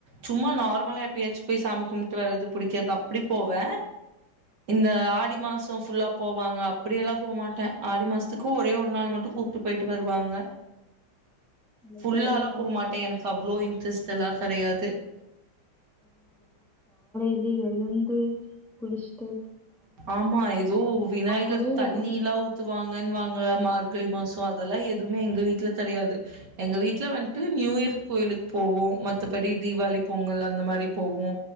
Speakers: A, on the right; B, in the centre.
A: சும்மா
B: ம்
A: நார்மலா எப்பயாச்சு போய் சாமி கும்ப்ட்டு வரது பிடிக்கிறது அப்டி போவே இந்த ஆடி மாசோ ஃபுல்லா போவாங்க அப்டியெல்லா போ மாட்டே ஆடி மாசத் த்துக்கு ஒரே ஒரு நாள் மட்டு கூப்ட்டு போயிட்டு வருவாங்க
B: அந்த
A: ஃபுல்லாலா
B: பேர்லா
A: போமாட்டே எனக்கு அவ்ளோ இன்ட்ரெஸ்ட் தல்லா கெடையாது
B: ந்து எழுந்து குளிச்ட்டு
A: ஆமா ஏதோ விநாயகர்
B: குளுரு
A: தண்ணில்லா ஊத்துவாங்கன்னுவாங் ங்க மார்கழி மாசோ அதெல்லா எதுவுமே எங்க வீட்ல கெடையாது எங்க வீட்ல வன்ட்டு நியூ இயர் கோயிலுக்கு போவோ மத்தபடி தீபாவளி பொங்கல் அந்த மாரி போவோ